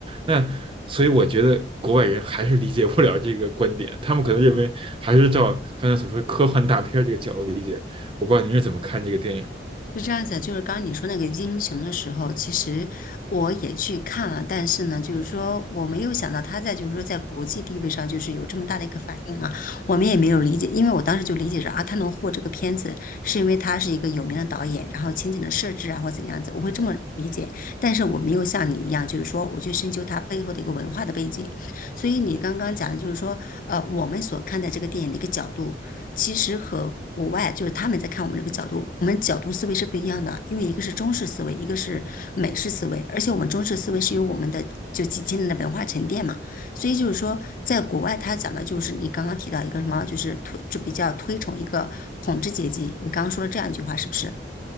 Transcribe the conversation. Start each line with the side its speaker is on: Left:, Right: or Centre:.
Right: 那所以我觉得国外人还是理解不了这个观点，他们可能认为还是照刚才所说科幻大片这个角度理解。我不知道您是怎么看这个电影？
Left: 是这样子的就是刚刚你说那个英雄的时候，其实我也去看了，但是呢，就是说我没有想到他在就是说在国际地位上就是有这么大的一个反应啊，我们也没有理解，因为我当时就理解着啊，他能获这个片子是因为他是一个有名的导演，然后情景的设置啊或怎样子，我会这么理解，但是我没有像你一样，就是说我去深究它背后的一个文化的背景，所以你刚刚讲的就是说，呃，我们所看待这个电影的一个角度。其实和国外就是他们在看我们这个角度，我们角度思维是不一样的，因为一个是中式思维，一个是美式思维，而且我们中式思维是有我们的就几千年的文化沉淀嘛，所以就是说，在国外他讲的就是你刚刚提到一个什么，就是推就比较推崇一个统治阶级，你刚刚说了这样一句话是不是？